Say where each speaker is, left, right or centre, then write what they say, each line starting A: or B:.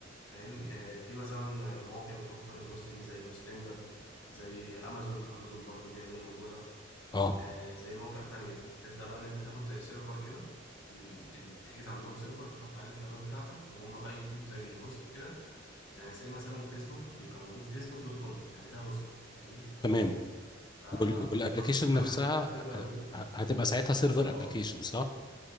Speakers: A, on the left; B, on the left.
A: فاهم آه، في مثلا آه، مواقع بتوفر الهوستنج زي هوستنجر زي امازون امازون برضو بيعمل الموضوع ده
B: اه
A: آه، زي مواقع تانية تبدأ بقى إن أنت تاخد زي سيرفر كده م، يعني بتحجز عندهم سيرفر تحط عليه الفايلات بتاعتك وهم بقى يدوك زي هوست كده يعني زي مثلا فيسبوك بيبقى موجود فيسبوك دوت كوم يعني ده هوست فاهمني
B: تمام
A: فهم
B: وال... والابلكيشن
A: بيدوك بقى
B: نفسها
A: حاجة زي كده تقدر
B: آه،
A: إن أنت
B: هتبقى ساعتها سيرفر
A: اه
B: ابلكيشن صح؟